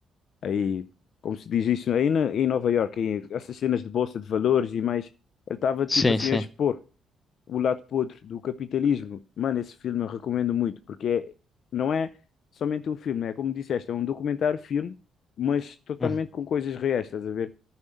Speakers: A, on the left; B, on the left.
A: aí, como se diz isso, aí na, em Nova Iorque, aí, essas cenas de bolsa de valores e mais. Ele estava tipo
B: Sim,
A: assim
B: sim.
A: a expor o lado podre do capitalismo. Mano, esse filme eu recomendo muito, porque é- não é somente um filme, é como disseste, é um documentário-filme, mas totalmente
B: Hum.
A: com coisas reais, estás a ver?